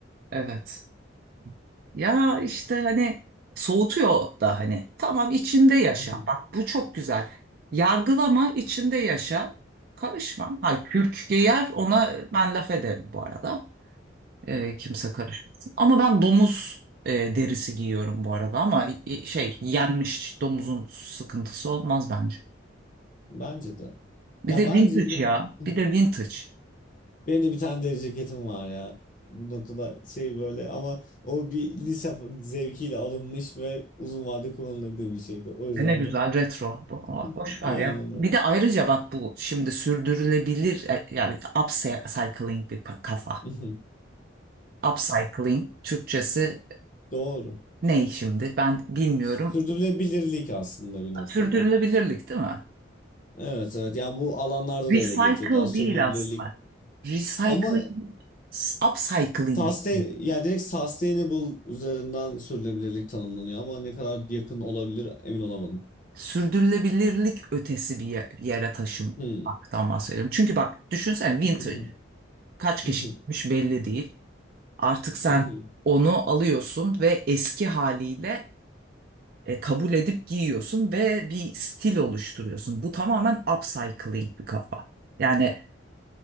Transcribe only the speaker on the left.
<laughs>
Bence de.
Ya
bence
bir no-
<laughs>
benim de bir tane deri ceketim var ya. Bu noktada şey böyle ama o bir lise zevkiyle alınmış ve uzun vade kullanılabilir bir şeydi. O yüzden
de.
<laughs>
Aynen
öyle.
<laughs>
Doğru.
Sürdürülebilirlik aslında bir noktada.
Evet evet yani bu alanlarda
da öyle geçiyor daha sürdürülebilirlik
ama
sustain
yani direkt sustainable üzerinden sürdürülebilirlik tanımlanıyor ama ne kadar yakın olabilir emin olamadım.
Hmm.
Mhm,
mhm,
mhm.